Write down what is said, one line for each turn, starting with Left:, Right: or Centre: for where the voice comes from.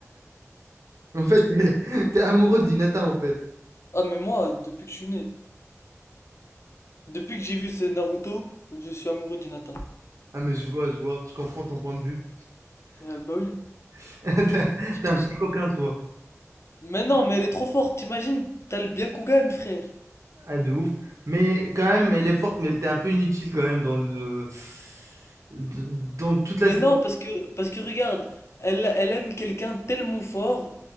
Right: En fait, <laughs> t'es amoureux d'Inata, en fait.
Left: Ah, mais moi, depuis que je suis né, depuis que j'ai vu ce Naruto, je suis amoureux d'Hinata.
Right: Ah, mais je vois, je vois. Je comprends ton point de vue.
Left: Euh, bah oui,
Right: <laughs> T'es
Left: t'imagines.
Right: t'es un petit coquin, toi.
Left: Mais non, mais elle est trop forte, t'imagines, t'as le Byakugan, frère.
Right: Ah, de ouf. Mais quand même, elle est forte, mais elle était un peu inutile, quand même, dans le... Dans toute
Left: Mais
Right: la...
Left: non, Oui. parce que, parce que regarde, elle, elle aime quelqu'un tellement fort